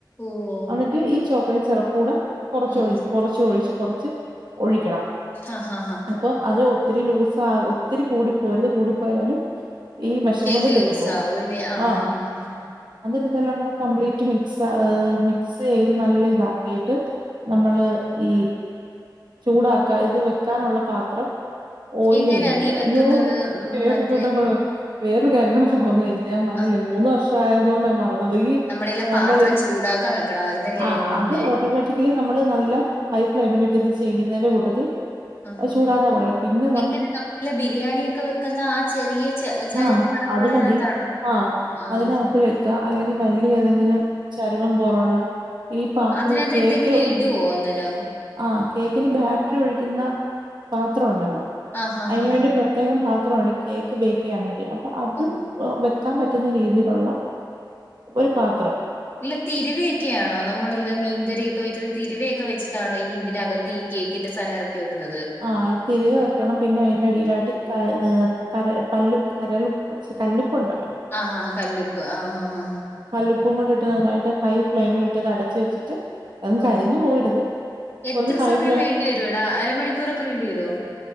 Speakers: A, on the left (about 30°); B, on the right (about 65°).
A: ഓഹ്
B: അന്നിട്ട് ഈ ചോക്ലറ്റ് സെറപ് കൂടെ കൊറച്ച്
A: ഉം
B: ഒഴിക്ക്
A: ഉം
B: കുറച്ച്ഒഴിച്ച്കൊറച്ച് ഒഴിക്കണം
A: ആഹ് ആഹ്
B: അപ്പം അത് ഒത്തിരി ലൂസാ ഒത്തിരി കൂടി പൊരു കൂടിപ്പോയാലും ഈ മെസര്മെന്റ്
A: കേക്ക്
B: തെറ്റിപ്പോവും
A: ലൂസ് ആവുംല്ലേ ആഹ്
B: ആ
A: ആഹ് ആഹ് ആഹ്
B: അത് ഇതെല്ലാം കൂടെ കംപ്ലീറ്റ് മിക്സമിക്സ്യ്ത് നല്ല ഇതാക്കിയിട്ട് നമ്മള് ഈ ചൂടാക്കാ ഇത് വെക്കാനുള്ള പാത്രം ഓയി
A: എങ്ങനെയാ
B: ല് യ്തെട്ക്ക
A: നീ വെക്കുന്നത്
B: യോ <unintelligible>
A: ഉം മറ്റേ
B: വേറൊരു കാര്യം കടെ മറന്നു പൊയ് ഇത് ഞൻ പറഞ്ഞില്ലേ
A: ആഹ്
B: മൂന്ന് വർഷ ആയതോ ണ്ട് മറന്നുപോയിഈ
A: നമ്മളിലെ
B: നമ്മളി
A: പാത്രം ചൂടാക്കാൻ വെക്കണമായിരുന്നല്ലേ
B: ആ
A: അയിന് മുന്നേ
B: അത് ഓട്ടോമേറ്റിക്ക് തീ നമ്മള് നല്ല ഹൈ ഫ്ലെയ് മിലിട്ട് ഇത് ചെയ്യ് ന്നതിന്റെ കൂട്ടത്തിൽ
A: ആഹ് ആഹ്
B: ചൂടാക്കാൻ വെക്കണം പിന്നെ
A: എങ്ങനെ നമ്മള് ബിരിയാണി ഒക്കെ വെക്കുന്ന ആ ചെറിയ ച ചരുവം
B: ആ
A: കണക്കുള്ളതിനകത്താണോ
B: അത് മതി ആ
A: ആഹ്
B: അതിനകത്ത് വെ കഅല്ലെങ്കിവലിയ ഏതെങ്കിലും ചരുവം പോലുള്ള ഈ പാത്ര
A: അതിനകത്ത്
B: കേക്ക്
A: എന്തെങ്കിലും ഇടുവോ അന്നേരം
B: ആ കേക്കിന് ബാറ്റ്റി ഒഴിക്കുന്ന പാത്രം ഉണ്ടല്ലോ
A: ആഹ് ആഹ്
B: അയി ന്
A: ആഹ്
B: വേണ്ടി
A: ആഹ്
B: പ്രത്യേക പാത്രണ് കേക്ക് ബേക്ക് ചെയ്യാൻ വേണ്ടി അപ്പൊ അത്
A: ഓഹ്
B: വെക്കാൻ പറ്റുന്ന രീതിലുള്ള ഒരു പാത്രം
A: ഇല്ല തിരുവയൊക്കെയാണോ നമ്മളല്ല മീൻകറിയൊക്കെ വെക്കുന്ന തിരുവയൊക്കെ വെച്ചിട്ടാണോ ഈ ഇതിനകത്ത് തീ കേക്കിന്റെ സാനംഇറക്കി വെക്കുന്നത്
B: ആഹ്ത്തിരികെ വെക്കണം പിന്നെ അതിന്റെടിയിലായിട്ട് ക - കര പല്ലു കരളുംകൊച്ച് കല്ലുപ്പ് ണ്ടല്ലോ
A: ആഹ ആ കല്ലുപ്പ് ആ ഹ ആആ ആ
B: കല്ലുപ്പും കൂടി ഇട്ട് നന്നായിട്ട് ഹൈ ഫ്ലെമില് ട്ട് അടച്ച് വെച്ചിട്ട് അതും
A: ഓഹോ
B: കരിഞ്ഞ് പോവരുത്
A: എത്ര
B: കുറച്ച് ഹൈ
A: സമയം
B: ഫ്ലെയിം
A: വേണ്ടിവരോടാ അരമണിക്കൂറൊക്കെ വേണ്ടി വരോ